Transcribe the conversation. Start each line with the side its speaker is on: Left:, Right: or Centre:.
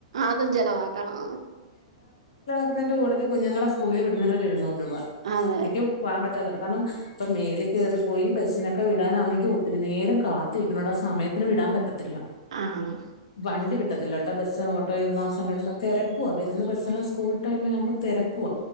Right: അതും ചെലവാക്കണം
Left: ന്നിന്റെ കൂട്ടത്തി കുഞ്ഞുങ്ങളെ സ്കൂളി വിടുന്നനൊരു എഴുന്നൂറ് രൂപ
Right: അതെ
Left: മിക്ക പോകാൻ പറ്റാത്തോണ്ട കാര്ണം ഇപ്പം മേളി കേറി പോയി ബസ്സിനൊക്കെ വി ടാനാന്നെങ്കി ഒത്തിരി നേരം കാത്തിരിക്കണടാ സമയത്തിന് വിടാൻ പറ്റത്തില്ല
Right: ആഹ്
Left: വണ്ടി കിട്ടത്തില്ലാട്ടോ ബസ്സോ ഓട്ടോയോ ഒന്നും ആ സമയത്ത് തെരക്കുവ വരുന്ന ബസ്സെല്ലാം സ്കൂൾ ടൈം ആവ്മ്പം തെരക്കുവ